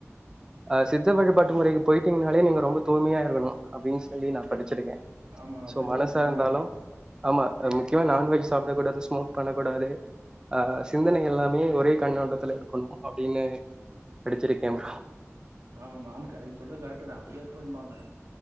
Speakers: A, on the right; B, on the right.
A: அ சித்த வழிபாட்டு முறைக்கு போய்ட்டீங்கனாலே நீங்க ரொம்ப தூயமையாருக்கணு அப்படின் சொல்லி நா படிச்சிருக்கே
B: ஆமா அப்டிதா
A: சோ மனசார்ந்தாலு
B: இருக்கணும்பாங்க
A: ஆம்மா முக்கியமா நான்வெஜ் சாப்டக்கூடாது ஸ்மோக் பண்ணக்கூடாது அ சிந்தனை எல்லாமே ஒரே கண்ணோடத்துல இருக்கணு அப்படின்னு படிச்சிருக்கே ப்ரோ
B: ஆம் மாம் கரக் சொல்றது கரெக்ட் தா அப்படிதா இருக்கணும்பாங்க